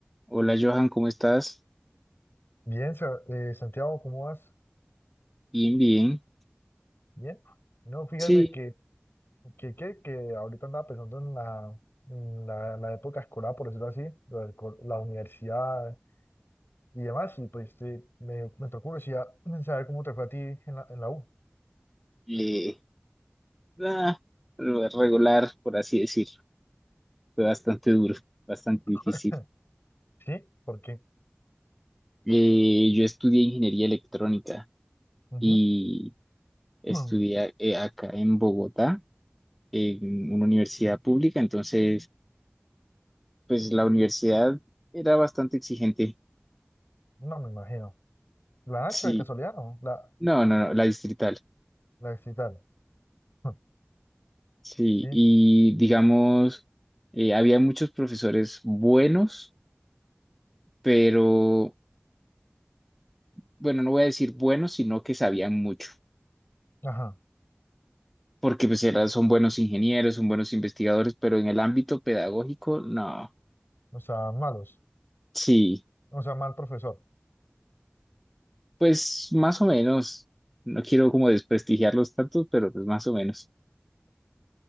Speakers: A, in the centre; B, on the left (about 65°).
A: Hola Johan, ¿cómo estás?
B: Bien, Sa- eh, Santiago, ¿cómo vas?
A: Bien, bien.
B: Bien. No, fíjate
A: Sí,
B: que, que, que, que ahorita andaba pensando en la, en la, la época escolar, por decirlo así, lo del co- la universidad y demás, y pues te, me, me entró curiosidad <clears throat> en saber cómo te fue a ti en la, en la U.
A: eh, ah, regular, por así decirlo. Fue bastante duro, bastante difícil.
B: <clears throat> ¿Sí? ¿Por qué?
A: Eh, yo estudié ingeniería electrónica
B: Ujú.
A: y
B: <clears throat>
A: estudié
B: Mm,
A: eh, acá en Bogotá, en una universidad pública. Entonces, pues la universidad era bastante exigente.
B: No me imagino. ¿La Nacho
A: Sí,
B: de casualidad no? La,
A: no, no, no, la distrital.
B: la distrital. <clears throat> <laughs>
A: Sí,
B: Sí,
A: y digamos, eh, había muchos profesores buenos, pero bueno, no voy a decir buenos, sino que sabían mucho,
B: ajá,
A: porque pues era- son buenos ingenieros, son buenos investigadores, pero en el ámbito pedagógico, no,
B: o sea, malos,
A: sí,
B: o sea, mal profesor.
A: pues más o menos, no quiero como desprestigiarlos tanto, pero pues más o menos.